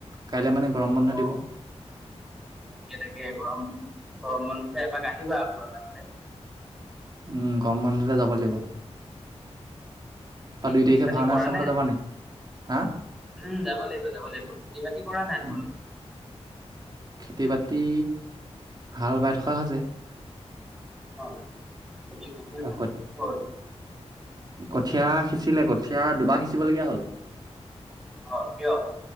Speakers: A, on the right; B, in the centre.
A: কাইলৈ মানে গৰম বন্ধ
B: অ'
A: দিব
B: তাকে তাকে গৰম বন্ধ গৰম বন্ধতে এপাক আহিবা আকৌ এ ফালে
A: উম গম বন্ধতে যাব লাগিব তাৰপা দুই
B: খেতি
A: তাৰিখে
B: বাতি
A: ভাওনা
B: কৰা
A: চাবলৈ
B: নাই
A: যাবা হা
B: উম যাব লাগিব যাব লাগিব খেতি বাতি কৰা নাই
A: উম
B: তোমালোকে
A: খেতি বাতি হাল বাই থকা হয় ছে
B: অ পি ক চ
A: তাক
B: কি <unintelligible>
A: কঠীয়া সিঁচিলে কঠীয়া দুবাৰ সিঁচিবলগীয়া হল
B: অ কিয়